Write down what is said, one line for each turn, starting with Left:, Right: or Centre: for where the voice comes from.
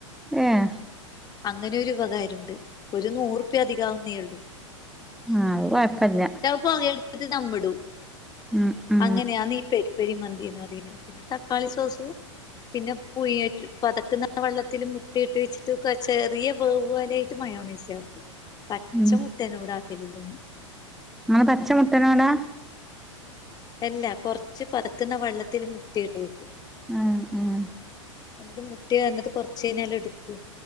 Centre: ഏഹ്.
Left: അങ്ങനെ ഒരു ഉപകാരമുണ്ട് ഒരു നൂറു റുപ്യ അധികം ആവുന്നേ ഉള്ളു.
Centre: ആ അത് കുഴപ്പമില്ല.
Left: പുകയടുപ്പിന് ദമ്മിടും.
Centre: ഉം ഉം.
Left: അങ്ങനെയാണ് ഈ പെരിപ്പരി മന്തീന്ന് പറയുന്നത്, പിന്നെ തക്കാളി സോസും പിന്നെ. <unintelligible> അ പതക്കുന്ന വെള്ളത്തിൽ മുട്ടിയിട്ട് വെച്ചിട്ട്ക്ക ചെറിയ വേവ് പോലെ ആയിട്ട് മയോണോസ് ആക്കും. പച്ച
Centre: ഉം
Left: മുട്ടേനോട് ആക്കലില്ല ഞാൻ.
Centre: നമ്മെ പച്ചമുട്ടനോടാ.
Left: അല്ല കൊറച്ച് പതക്കുന്ന വെള്ളത്തിൽ മുട്ടിയിട്ട് വെക്കും.
Centre: ആഹ് ആഹ്
Left: എന്നിട്ട് മുട്ട പറഞ്ഞിട്ട് കുറച്ച കഴിഞ്ഞാല് എടുക്കും